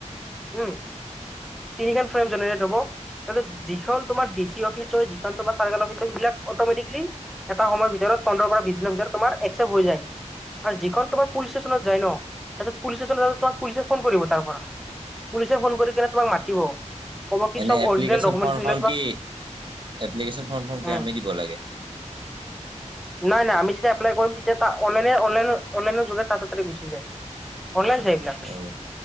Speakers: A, in the centre; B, on the right.
A: উম, তিনিখন ফ্ৰম জেনেৰেট হ'ব। তাৰপিছত যিখন তোমাৰ অফিচ হয় যি খন তোমাৰ চাৰ্কোল অফিচছ হয় এইবাক অট'মেটিকেলি এটা সময়ৰ ভিতৰত পোন্ধৰ পৰা বিশ দিনৰ ভিতৰত তোমাৰ একচেপ্ট হৈ যায়। আৰু যিখন তোমাৰ পুলিচ ষ্টেচনত যায় ন, হেতুত পুলিচ ষ্টেচনত তোমাক পুলিচে ফোন কৰিব তাৰ পৰা, পুলিচে ফোন কৰি কেনে তোমাক মাতিব। ক'ব কি
B: এনে
A: চব
B: এপ্লিকেশন
A: অৰিজিনেল ডকুমেণ্টখিনি
B: ফৰ্মখন
A: লৈ তোমাক
B: কি, এপ্লিকেশন ফৰ্মখন
A: উম
B: কি আমি দিব লাগে?
A: নাই-নাই আমি যেতিয়া এপ্লাই কৰিম তেতিয়া অনলাইন-অনলাইন-অনলাইনৰ যোগেদি তহঁতৰ তাতে গুচি য়ায। অনলাইন যাই এইবিলাক।
B: অ